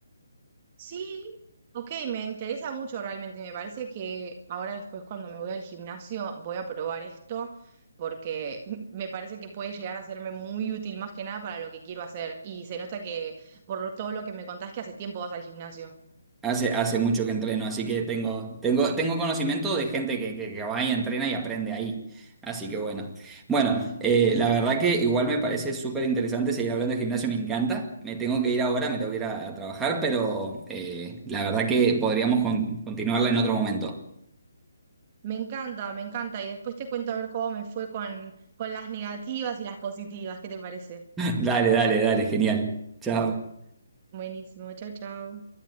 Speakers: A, on the right; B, in the centre.
A: Sí, ok, me interesa mucho realmente. Me parece que ahora después cuando me voy al gimnasio voy a probar esto porque <laughs> me parece que puede llegar a serme muy útil más que nada para lo que quiero hacer. Y se nota que por lo- todo lo que me contás que hace tiempo vas al gimnasio.
B: Hace, hace mucho que entreno, así que tengo, tengo, tengo conocimiento de gente que, que, que va y entrena y aprende ahí. Así que bueno. Bueno, eh, la verdad que igual me parece súper interesante seguir hablando de gimnasio, me encanta. Me tengo que ir ahora, me tengo que ir a, a trabajar, pero eh, la verdad que podríamos con- continuarla en otro momento.
A: Me encanta, me encanta. Y después te cuento a ver cómo me fue con, con las negativas y las positivas. ¿Qué te parece?
B: <laughs> Dale, dale, dale, genial. Chao.
A: Buenísimo, chao, chao.